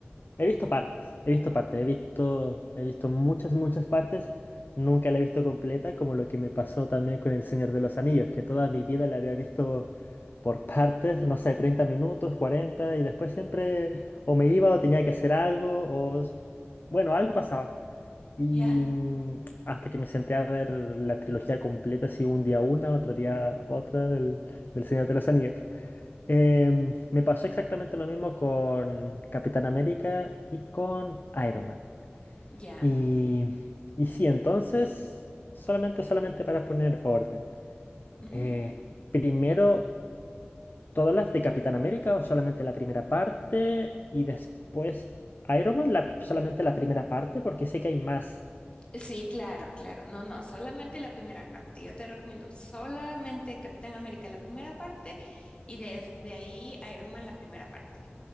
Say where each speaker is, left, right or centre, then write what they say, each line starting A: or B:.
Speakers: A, on the left; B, on the left.
A: He visto partes, he visto partes, he visto, he visto muchas, muchas partes. Nunca la he visto completa, como lo que me pasó también con El Señor de los Anillos, que toda mi vida la había visto por partes, no sé, 30 minutos, 40, y después siempre o me iba o tenía que hacer algo, o s- bueno, algo pasaba. Y
B: Ya,
A: mm, hasta que me senté a ver la trilogía completa, así un día una, otro día otra del, del Señor de los Anillos. Em, me pasó exactamente lo mismo con Capitán América y con Iron Man.
B: ya.
A: Y, y sí, entonces, solamente, solamente para poner orden.
B: ujú.
A: eh, primero, ¿todas las de Capitán América o solamente la primera parte? Y después, Iron Man, la- solamente la primera parte, porque sé que hay más.
B: Sí, claro, claro. No, no, solamente la primera parte. Yo te recomiendo solamente Capitán América, la primera parte, y de, de ahí Iron Man, la primera parte.